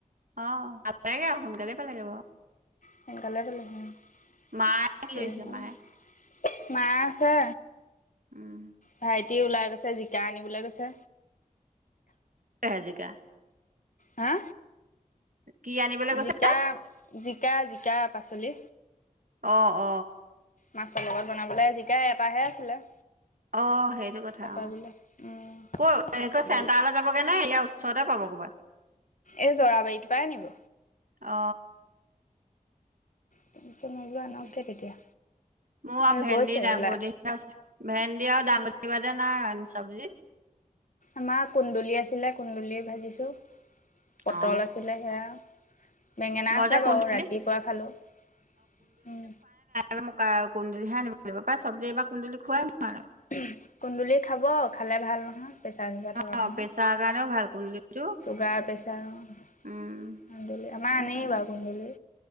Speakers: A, on the right (about 70°); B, on the left (about 60°).
A: অ <unintelligible> সোনকালে পালেগে বাৰু
B: সোনকালে <unintelligible>
A: মায়ে কি কৰিছে মায়ে
B: মা আছে?
A: উম
B: ভাইটি ওলাই গৈছে জিকা আনিবলৈ গৈছে।
A: এ জিকা
B: হা।
A: কি আনিবলৈ গৈছে
B: জিকা জিকা জিকা পাচলি।
A: অ অ।
B: মাছৰ লগত বনাবলৈ জিকাই এটাহে আছিলে।
A: অ সেইটো কথা
B: তাৰপৰা
A: অ।
B: বোলে উম
A: ক চেণ্টাৰ
B: দালি
A: যাবগে নাই এতিয়া ওচৰতে পাব কবাত
B: এই জৰাবাৰীত পাই আনিব।
A: অ।
B: <unintelligible>
A: ঠিকে
B: আনকগে তেতিয়া
A: মোৰ আৰু
B: এই
A: ভেন্দি
B: গৈছে
A: দাংবডি
B: ওলাই।
A: ভেন্দি আৰু দাঙবদি বাদে নাই চব্জি।
B: আমাৰ কুন্দুলি আছিলে কুন্দুলি ভাজিছোঁ পটল
A: অ
B: আছিলে সেয়া। বেঙেনা
A: মই
B: আছে
A: যে কুন্দুলি
B: বাৰু ৰাতিপুৱা খালো, উম।
A: ত মোক কুন্দুলিহে আনিব লাগিব পায় চব্জী এইবাৰ কুন্দুলি খোৱাই হোৱা নাই।
B: উম কুন্দুলি খাব খালে ভাল নহয়। প্ৰেছাৰ চুগাৰ থকা
A: অ
B: মানুহ
A: প্ৰেছাৰ কাৰণেও ভাল কুন্দুলিটো
B: চুগাৰ প্ৰে। <unintelligible>
A: উম
B: কুন্দুলি আমাৰ
A: সেইবোৰ
B: আনেই
A: কাৰণে
B: বাৰু
A: ভাল।
B: কুন্দুলি।